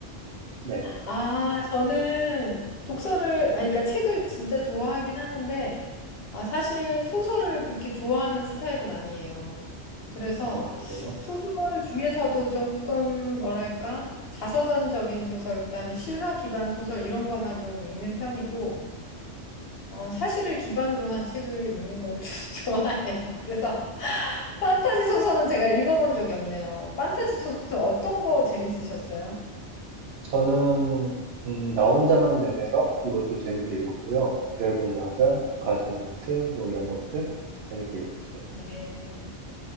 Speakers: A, on the right; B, on the left.
A: 네.
B: 아, 저는 독서를, 아니, 그러니까 책을 진짜 좋아하긴 하는데, 아, 사실 소설을 그렇게 좋아하는 스타일은 아니에요. 그래서
A: 아, 그래요?
B: 소설 중에서도 조금 뭐랄까? 자서전적인 소설, 그다음에 실화 기반 소설 이런 거만 좀 읽는 편이고 어, 사실을 기반으로 한 책을 읽는 거를 <laughs> 좀 좋아해요. 그래서 판타지 소설은 제가 읽어본 적이 없네요. 판타지 소설 어떤 거 재밌으셨어요?
A: 저는, 음, 나 혼자만 레벨업? 이것도 재밌게 읽었고요. 드래곤 라자, 가즈나이트, 뭐 이런 것들 재밌게 읽었어요.
B: 예,